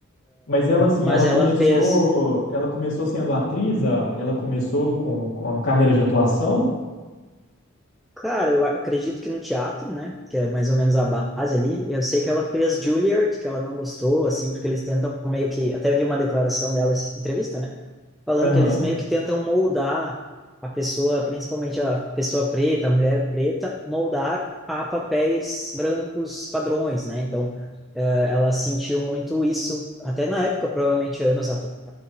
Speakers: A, on the left (about 70°); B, in the centre.
A: Mas ela, assim,
B: Mas
A: ela
B: ela
A: começou,
B: fez,
A: ela começou sendo atriz, a- ela começou com, com a carreira de atuação?
B: cara, eu acredito que no teatro, né? Que é mais ou menos a base ali. Eu sei que ela fez Juilliard, que ela não gostou, assim, porque eles tentam meio que, até vi uma declaração dela, essa entrevista, né? falando
A: Aham,
B: que eles meio que tentam moldar a pessoa, principalmente a pessoa preta, a mulher preta, moldar a papéis brancos padrões, né? Então, eh, ela sentiu muito isso, até na época, provavelmente anos atrás,